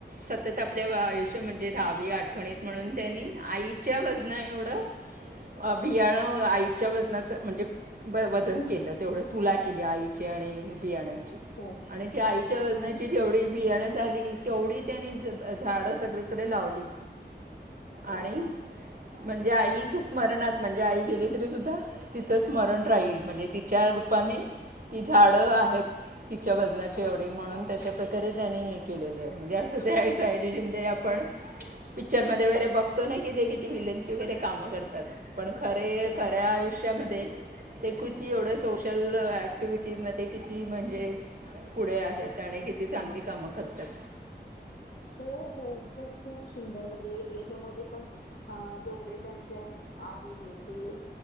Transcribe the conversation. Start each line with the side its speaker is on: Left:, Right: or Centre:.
Right: सतत आपल्या आयुष्य म्हणजे राहावी आठवणीत म्हणून त्यांनी आईच्या वजना एवढं बियाणं आईच्या वजनाच म्हणजे वजन केलं तेवढ तुला केली आईचे बियाणे
Left: हो
Right: आईच्या वजनाचे
Left: हा हा
Right: जेवढ बियाणे झाले झाली तेवढी त्यानी झाडे सगळीकडे लावली
Left: हा
Right: आणि
Left: हा हा
Right: म्हणजे आईक स्मरणात म्हणजे आई गेले तरी सुद्धा तिचं स्मरण राहील म्हणजे तिच्या रूपाने ती झाडे आहे ह तिच्या वजनाची
Left: हा
Right: एवढी
Left: हा
Right: म्हणून
Left: हा
Right: तशाप्रकारे
Left: हा
Right: त्याने हे केलेलं आहे म्हणजे असं ते सायजी आपण पिक्चर मध्ये वगैरे बघतो ना कि ते किती विलनची वगैरे काम करतात पण खरे
Left: हो
Right: खऱ्या आयुष्या त्यांच्यामध्ये ते किती एवढं सोशल ऍक्टिव्हटीमध्येध्ये किती म्हणजे पुढे आहेत आणि किती चांगली
Left: हा
Right: कामं करतात
Left: हो हो खूप खूप सुंदर म्हणजे यांच्यामध्ये पण अ जेवढे त्यांचे आहे हे ते